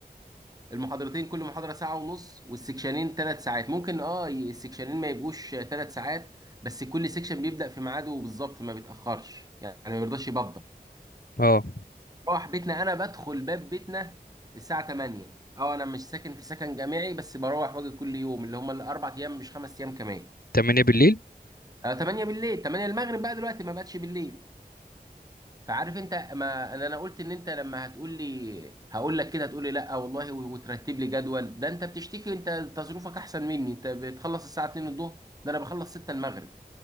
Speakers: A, on the right; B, on the left.
A: المحاضرتين كل محاضرة ساعة ونص والسكشنين ثلاث ساعات ممكن اه ي- السكشنين ما يبقوش ثلاث ساعات بس كل سيكشن بيبدأ في ميعاده بالظبط ما بيتأخرش يعني ما بيرضاش يبدأ
B: اه
A: مروح بيتنا انا بدخل باب بيتنا الساعه 8 اه انا مش ساكن في سكن جامعي بس بروح واجي كل يوم اللي هم الاربع ايام مش خمس ايام كمان
B: تمانية بالليل
A: آه 8 بالليل 8 المغرب بقى دلوقتي ما بقتش بالليل فعارف انت ما انا أنا قلت ان انت لما هتقول لي هقول لك كده هتقول لي لا والله و- وترتب لي جدول ده انت بتشتكي انت تصرفك احسن مني انت بتخلص الساعه 2 الظهر ده انا بخلص 6 المغرب